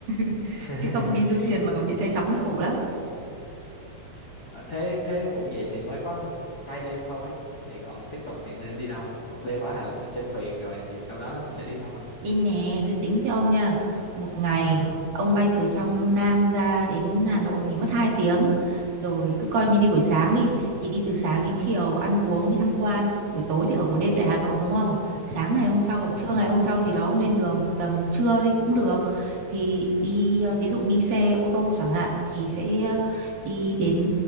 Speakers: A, on the right; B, on the left.
A: <laughs>
B: <laughs>
A: chứ không đi du thuyền mà còn bị say sóng thì khổ lắm
B: Ờ, thế thế ủa vậy thì mới có hai đêm thôi vậy còn tiếp tục thì nên đi đâu một đêm ở Hà trên thuyền rồi thì sau đó thì mình sẽ đi đâu anh
A: Đi nè, tôi tính cho ông nha. Một ngày
B: à,
A: ông bay từ trong Nam ra đến Hà Nội thì mất 2 tiếng. Rồi cứ coi
B: à
A: như đi buổi sáng đi thì đi từ sáng đến chiều ăn uống đi tham quan, buổi tối thì ở một đêm tại Hà Nội đúng không? Sáng ngày hôm sau hoặc
B: đúng
A: trưa
B: rồi
A: ngày hôm sau gì đó ông lên đường tầm trưa đi cũng được. Thì đi ờ, ví dụ đi xe ô tô chẳng hạn thì sẽ ờ, đi đến